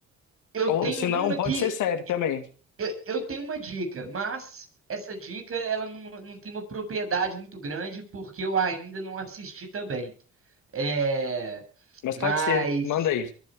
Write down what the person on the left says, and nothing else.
Ou
se
não, pode
ser série também.
Mas
pode ser, manda aí.